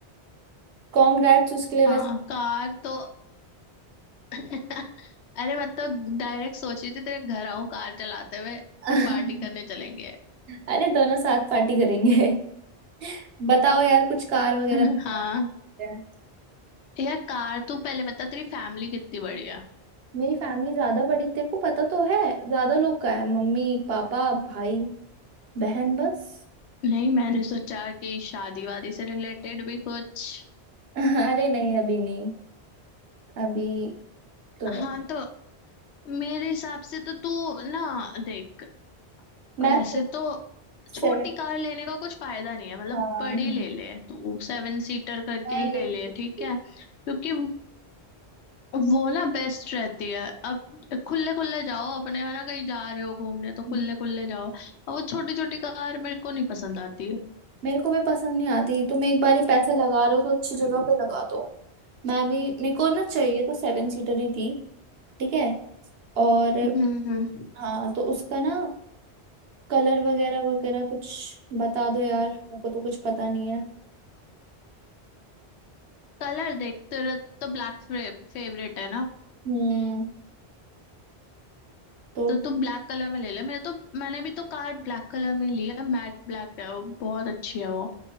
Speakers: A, on the right; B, on the left.
A: कॉन्ग्रेट्स उसके लिए वैसे
B: हाँ कार तो <laughs> अरे मैं तो डायरेक्ट सोच रही थी तेरे घर आऊं कार चलाते हुए
A: <laughs>
B: फिर पार्टी करने चलेंगे
A: अरे दोनों साथ पार्टी करेंगे <laughs> बताओ यार कुछ कार वगैरह
B: <laughs>
A: मिल
B: हाँ
A: जाते हैं
B: यार कार तू पहले बता तेरी फैमिली कितनी बड़ी है
A: मेरी फैमिली ज्यादा बड़ी तेरे को पता तो है ज्यादा लोग का है मम्मी पापा भाई बहन बस
B: नहीं मैंने सोचा कि शादी वादी से रिलेटेड भी कुछ
A: <laughs> अरे नहीं अभी नहीं अभी तो नहीं
B: हाँ तो मेरे हिसाब से तो तू ना देख
A: मैं
B: वैसे तो छोटी
A: सेवन
B: कार लेने का कुछ फायदा नहीं है मतलब
A: हाँ
B: बड़ी ले ले तू सेवन सीटर करके
A: मैं
B: ले
A: यही
B: ले
A: सोचती
B: ठीक है क्योंकि वो ना बेस्ट रहती है अब खुले खुले जाओ अपने है ना कहीं जा रहे हो घूमने तो
A: हूँ।
B: खुले खुले जाओ अब वो छोटी छोटी कार मेरे को नहीं पसंद आती है
A: मेरे को भी पसंद नहीं आती तुम एक बार ही पैसा लगा रहे हो तो अच्छी जगह
B: हम्म
A: पे लगा दो मैं भी मेरे को ना चाहिए तो सेवन सीटर ही थी ठीक है और
B: हम्म
A: हाँ तो उसका ना कलर वगैरह वगैरह कुछ बता दो यार मेरे को तो कुछ पता नहीं है
B: कलर देख तेरा तो ब्लैक फेवरेट है ना
A: हम्म तो
B: तो तू ब्लैक कलर में ले ले मेरे तो मैंने भी तो कार ब्लैक कलर में ली है मैट ब्लैक है वो बहुत अच्छी है वो